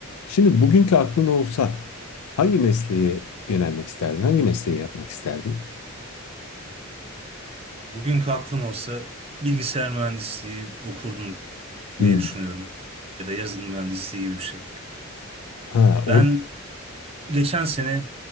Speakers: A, on the left (about 85°); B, on the right (about 25°).
A: Şimdi bugünkü aklın olsa hangi mesleğe yönelmek isterdin? Hangi mesleği yapmak isterdin?
B: Bugünkü aklım olsa bilgisayar mühendisliği okurdum
A: Hmm.
B: diye düşünüyorum. Ya da yazılım mühendisliği gibi bir şey.
A: Ha,
B: Ben
A: orada.
B: geçen sene